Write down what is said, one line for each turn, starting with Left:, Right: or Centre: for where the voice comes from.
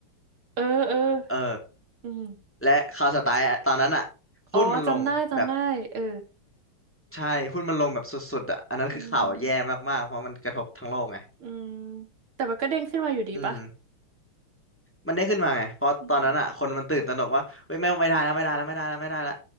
Right: เออเออ
Centre: เออ
Right: อืม
Centre: และข่าวสไตล์ตอนนั้นอะหุ้นมันลงแบบ
Right: อ๋อจำได้จำได้เออ
Centre: ใช่หุ้นมันลงแบบสุดๆอะอันนั้นคือข่าวแย่มากๆเพราะมันกระทบทั้งโลกไง
Right: อืมอืมแต่มันก็เด้งขึ้นมาอยู่ดีปะ
Centre: อืม มันได้ขึ้นมาไงเพราะตอนนั้นอ่ะคนมันตื่นตระหนกว่าเฮ้ยไม่ไม่ได้แล้วไม่ได้แล้วไม่ได้แล้วไม่ได้แล้ว
Right: อืม